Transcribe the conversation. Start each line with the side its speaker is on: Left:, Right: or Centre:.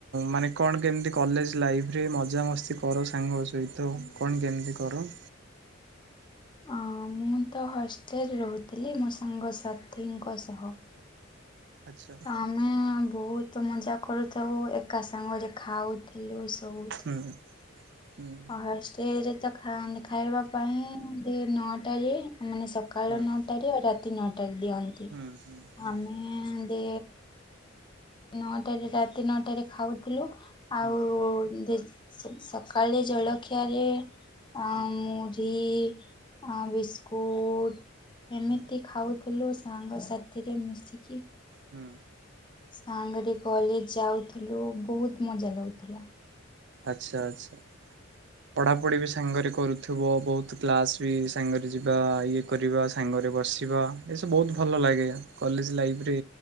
Right: ମାନେ କଣ କେମିତି କଲେଜ ଲାଇଫରେ ମଜାମସ୍ତି କର ସାଙ୍ଗ ସହିତ? କଣ କେମିତି କର?
Left: ଅଁ ମୁଁ ତ ହଷ୍ଟେଲରେ ରହୁଥିଲି ମୋ ସାଙ୍ଗସାଥିଙ୍କ ସହ।
Right: ଆଚ୍ଛା।
Left: ତ ଆମେ ବହୁତ ମଜା କରୁଥାଉ। ଏକା ସାଙ୍ଗରେ ଖାଉଥିଲୁ ସବୁ।
Right: ହୁଁ ହୁଁ।
Left: ହଷ୍ଟେଲରେ ତ ଖାଏନି। ଖାଇବା ପାଇଁ ନଅଟାରେ ମାନେ ସକାଳ
Right: ହୁଁ
Left: ନଅ ଟାରେ ଆଉ ରାତି ନଅଟାରେ ଦିଅନ୍ତି।
Right: ହୁଁ ହୁଁ ହୁଁ
Left: ଆମେ ଏଁ ଦେ ନଅଟାରେ ରାତି ନଅଟାରେ ଖାଉଥିଲୁ ଆଉ
Right: ହୁଁ
Left: ଦେ ସକାଳେ ଜଳଖିଆରେ ଅଁ
Right: ହୁଁ
Left: ମୁ ଢ଼ି ଅଁ ବିସ୍କୁଟ ଏମିତି
Right: ହୁଁ
Left: ଖାଉ ଥିଲୁ ସାଙ୍ଗସାଥିରେ ମିଶିକି।
Right: ହୁଁ।
Left: ସାଙ୍ଗରେ କଲେଜ ଯାଉଥିଲୁ ବହୁତ ମଜା ଲାଗୁଥିଲା।
Right: ଆଚ୍ଛା ଆଚ୍ଛା। ପଢାପଢି ବି ସାଙ୍ଗରେ କରୁଥିବ ବହୁତ କ୍ଲାସ ବି ସାଙ୍ଗରେ ଯିବା ଇଏ କରିବା ସାଙ୍ଗରେ ବସିବା ଏସବୁ ବହୁତ ଭଲ ଲାଗେ। କଲେଜ ଲାଇଫ୍ରେ